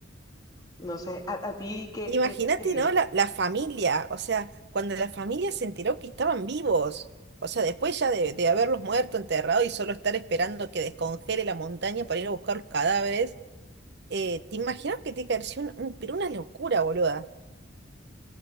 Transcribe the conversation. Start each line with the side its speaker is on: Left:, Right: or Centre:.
Left: no sé, a, a ti que,
Right: Imagínate,
Left: que te...
Right: ¿no? La, la familia, o sea, cuando la familia se enteró que estaban vivos, o sea, después ya de, de haberlos muerto, enterrado y solo estar esperando que descongele la montaña para ir a buscar los cadáveres. Eh, ¿te imaginas que tiene que haber sido un- un- pero una locura, boluda?